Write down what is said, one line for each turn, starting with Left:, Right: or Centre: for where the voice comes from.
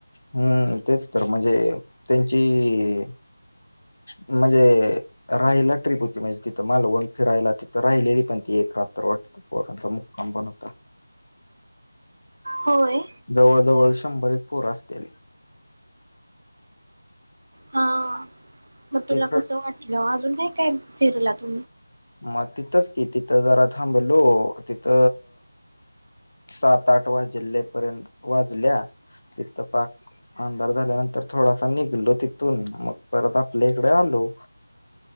Left: हम्म तेच तर म्हणजे त्यांची म्हणजे राहिला ट्रीप होती म्हणजे तिथं मालवण फिरायला तिथं राहिलेली पण ती एक रात्र वाटत पोरांचा मुक्काम पण होता.
Right: होय.
Left: जवळ जवळ शंभर एक पोर असतील.
Right: हा मग तुला
Left: तिकड
Right: कसं वाटलं अजून नाही काय फिरलात <inaudible>
Left: म तिथच कि तिथ जरा थांबलो तिथ सात आठ वाजले पर्यंत वाजल्या तिथ पाक अंधार झाल्यानंतर थोडासा निघलो तिथून मग परत आपल्या इकडे आलो.